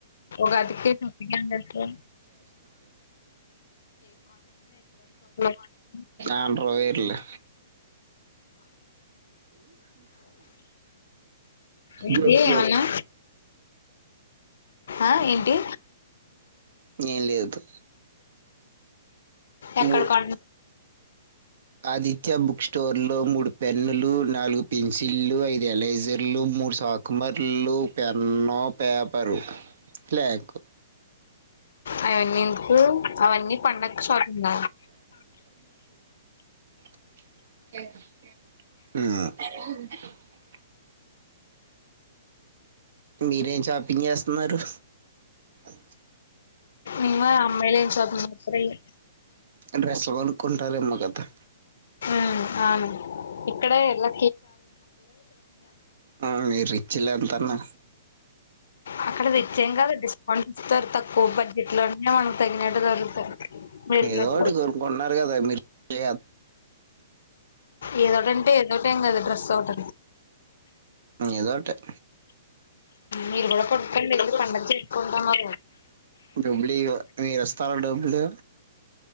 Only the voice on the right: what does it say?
ఆండ్రో వైర్లు
జోక్
జోక్
ఏం లేదు
మూ
ఆదిత్య బుక్ స్టోర్లో మూడ్ పెన్నులు నాలుగు పెన్సిల్లు ఐదు ఎలజర్లు మూడు సాాకుమర్లు పెన్న ప్యాప్ పది ప్ల్యాక్
మ్మ్ మీరేం చాపింగ్ చేస్ న్నారు అ
డ్రెస్లు కొనుక్కుంటారేమో కదా
ఆ మీరు రిచ్లే ఎంతన్నా
ఏదోటి కొనుక్కుంటున్నారు కదా మీరు <inaudible>
ఏదోటి
డబ్బులి మీరు ఇస్తారా డబ్బులు